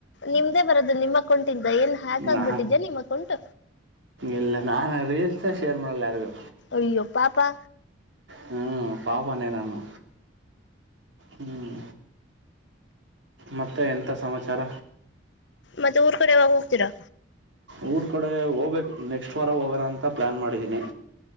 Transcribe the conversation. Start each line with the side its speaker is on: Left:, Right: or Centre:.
Left: ನಿಮ್ದೇ ಬರೋದು ನಿಮ್ಮ ಅಕ್ಕೌಂಟಿಂದ ಏನ್ ಹ್ಯಾಕ್
Right: ನಾ
Left: ಆಗ್ಬಿಟ್ಟಿದ್ಯಾ ನಿಮ್ಮ ಅಕೌಂಟ್,
Right: ಇಲ್ಲ ನಾನ ರೀಲ್ಸ್ ಶೇರ್ ಮಾಡಲ್ಲ ಯಾರಿಗೂ
Left: ಅಯ್ಯೋ ಪಾಪಾ
Right: ಹ್ಮ್ ಪಾಪನ್ನೇನಾನು ಹ್ಮ್ ಮತ್ತೆ ಎಂಥ ಸಮಾಚಾರ,
Left: ಮತ್ತೆ ಊರ್ ಕಡೆ ಯವಾಗ ಹೋಗ್ತೀರಾ
Right: ಊರ ಕಡೆ ಹೋಗ್ಬೇಕು ನೆಕ್ಸ್ಟ್ ವಾರ ಹೋಗೋಣ ಅಂತ ಪ್ಲ್ಯಾನ್ ಮಾಡಿದ್ದೀನಿ